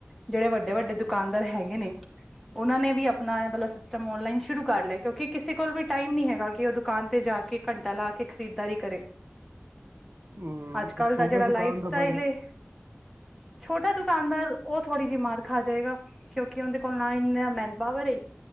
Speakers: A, in the centre; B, on the right.
A: ਜਿਹੜੇ ਵੱਡੇ -ਵੱਡੇ ਦੁਕਾਨਦਾਰ ਹੈਗੇ ਨੇ, ਉਹਨਾਂ ਨੇ ਵੀ ਆਪਣਾ ਮਤਲਬ ਤਾਂ ਮ ਨਲਾਈਨ ਸ਼ੁਰੂ ਕਰ ਲੈ। ਕਿਉਂਕਿ ਕਿਸੇ ਕੋਲ ਵੀ ਟਾਈਮ ਨੀ ਹੈਗਾ ਕਿ ਉਹ ਦੁਕਾਨ ਤੇ ਜਾ ਕੇ ਘੰਟਾ ਲਾ ਕੇ ਖਰੀਦਦਾਰੀ ਕਰੇ।
B: ਹੂ,
A: ਅੱਜ
B: ਤੇ
A: ਕੱਲ
B: ਛੋਟੇ
A: ਦਾ ਜਿਹੜਾ
B: ਦੁਕਾਨ
A: ਲਾਈਫ
B: ਦੇ
A: ਸਟਾਈਲ
B: ਬਾਰੇ
A: ਏ ਛੋਟਾ ਦੁਕਾਨਦਾਰ ਉਹ ਥੋੜ੍ਹੀ ਜਿਹੀ ਮਾਰ ਖਾ ਜਾਏਗਾ, ਕਿਉਂਕਿ ਉਹਦੇ ਕੋਲ ਨਾ ਇੰ ਮੈਨ ਪਾਵਰ ਏ।